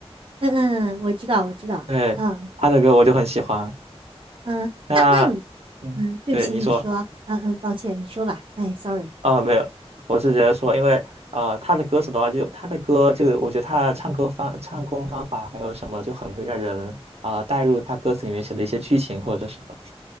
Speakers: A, on the right; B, on the right.
A: 嗯嗯，嗯我知道，我知道，
B: 对，
A: 嗯
B: 他的歌我就很喜欢。
A: 嗯，
B: 那嗯，
A: 那那你，嗯，对不起，
B: 对你说
A: 你说，嗯嗯，抱歉，你说吧，哎，sorry。
B: 啊，没有，我是觉得说，因为呃他的歌手的话就，他的歌就我觉得他的唱歌方唱功方法还有什么就很会让人啊、带入他歌词里面写的一些剧情或者什么的。